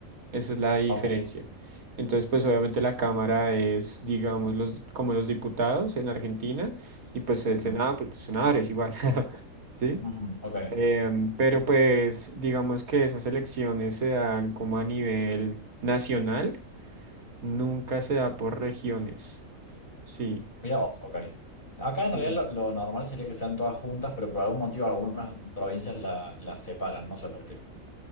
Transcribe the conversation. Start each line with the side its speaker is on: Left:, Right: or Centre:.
Right: esa es la diferencia.
Left: Ok.
Right: Entonces, pues obviamente la Cámara es, digamos, los, como los diputados en Argentina, y pues
Left: Ujú,
Right: el Senado, pues los senadores igual, <laughs> ¿sí?
Left: ujú, Ok.
Right: Em, pero pues digamos que esas elecciones se dan como a nivel nacional, nunca se da por regiones, sí.
Left: Mira vos, ok. Acá en realidad
Right: Bien.
Left: lo, lo normal sería que sean todas juntas, pero por algún motivo algunas provincias la- las separan, no sé por qué.